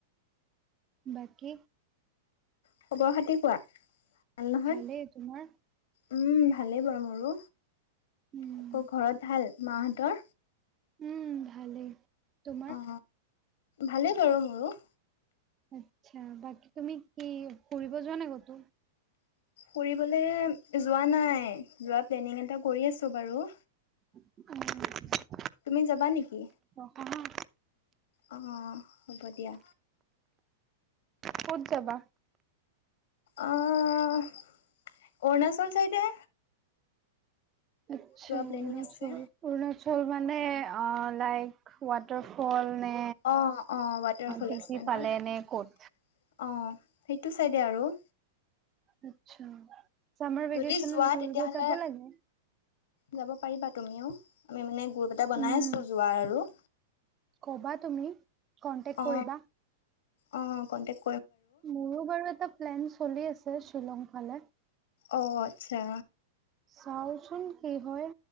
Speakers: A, on the right; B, on the left.
A: বাকী
B: খবৰ খাতি কোৱা। ভাল নহয়
A: ভালেই তোমাৰ?
B: উম, ভালেই বাৰু মোৰো,
A: উম,
B: আকৌ ঘৰত ভাল মাহঁতৰ?
A: উম ভালেই। তোমাৰ?
B: অ ভালেই বাৰু মোৰো।
A: আতছা বাকী তুমি কি ফুৰিব যোৱা নাই ক'তো?
B: ফুৰিবলে যোৱা নাই, যোৱাৰ প্লেনিং এটা কৰি আছো বাৰু।
A: অ
B: তুমি যাবা নেকি?
A: ভাল।
B: অঁ হ'ব দিয়া।
A: ক'ত যাবা?
B: আহ অৰুণাচল চাইডে।
A: আচ্ছা
B: যোৱা
A: অৰুণাচল
B: প্লেনিং আছে।
A: অৰুণাচল মানে আ লাইক ৱাটাৰফল নে
B: অ অ ৱাটাৰফল
A: টিপি
B: আছে
A: ফালে
B: ন তাতে
A: নে ক'ত?
B: অ। সেইটো চাইডে আৰু।
A: আচ্ছা চামাৰ ভেকেচনত
B: যদি যোৱা
A: ঘূৰিব
B: তেতিয়াহ'লে
A: যাব লাগে।
B: যাব পাৰিবা তুমিও আমি মানে গ্ৰুপ এটা বনাইছো
A: উম
B: যোৱাৰ আৰু।
A: ক'বা তুমি কনটেক্ট
B: অ
A: কৰিবা।
B: অ', কণ্টেক
A: মোৰো বাৰু এটা প্লেন চলি আছে শ্বিলং ফালে।
B: অ আচ্ছা।
A: চাওঁচোন কি হয়